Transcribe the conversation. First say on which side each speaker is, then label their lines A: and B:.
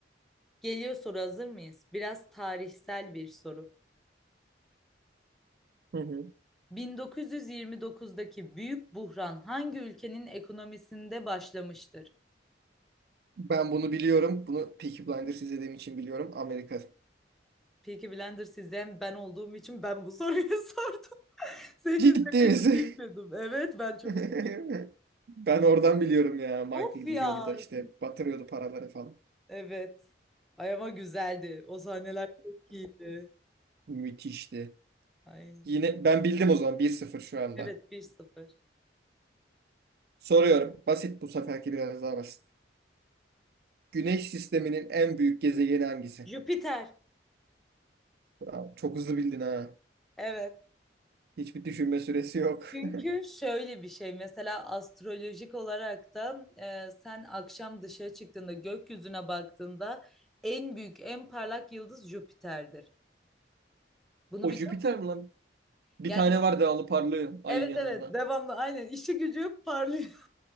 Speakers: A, in the centre; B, on the right (about 55°).
A: Geliyor soru hazır mıyız? Biraz tarihsel bir soru.
B: Hı hı.
A: 1929'daki büyük buhran hangi ülkenin ekonomisinde başlamıştır?
B: Ben bunu biliyorum. Bunu Peaky Blinders izlediğim için biliyorum. Amerika.
A: Peaky Blender sizden ben olduğum için ben bu soruyu <laughs> sordum. Seni
B: Ciddi
A: de
B: misin?
A: bilmiyordum. Evet ben çok
B: <laughs>
A: sor-
B: Ben oradan biliyorum ya. Michael
A: Of ya.
B: gidiyordu da işte
A: sen-
B: batırıyordu paraları falan.
A: Evet. Ay ama güzeldi. O sahneler çok iyiydi.
B: Müthişti.
A: Ay.
B: Yine ben bildim o zaman bir sıfır şu anda.
A: Evet bir sıfır.
B: Soruyorum. Basit bu seferki biraz daha basit. Güneş sisteminin en büyük gezegeni hangisi?
A: Jüpiter.
B: Bravo, çok hızlı bildin ha.
A: Evet.
B: Hiçbir düşünme süresi yok.
A: Çünkü
B: <laughs>
A: şöyle bir şey mesela astrolojik olarak da e, sen akşam dışarı çıktığında gökyüzüne baktığında en büyük en parlak yıldız Jüpiter'dir. Bunu
B: O
A: biliyor
B: Jüpiter
A: musun?
B: mi lan? Bir
A: Yani
B: tane var devamlı parlıyor ayın
A: evet
B: yanında.
A: evet devamlı aynen işi gücü parlıyor.